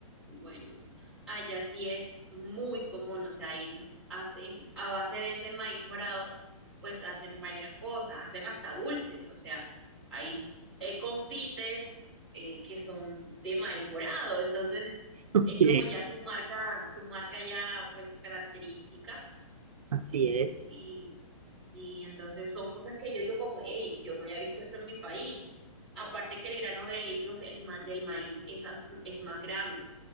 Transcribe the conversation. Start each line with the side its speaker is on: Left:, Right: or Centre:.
Centre: bueno, allá sí es muy común, o sea, ahí hacen a base de ese maíz morado, pues hacen varias cosas, hacen hasta dulces, o sea, hay eh, confites eh, que son de maíz morado, entonces <laughs>
Right: Ok,
Centre: es como ya su marca, su marca ya pues característica
Right: así
Centre: Eh,
Right: es.
Centre: y sí, entonces son cosas que yo digo como, hey, yo no había visto esto en mi país. Aparte que el grano de ellos, el ma- del maíz, es, am- es más grande.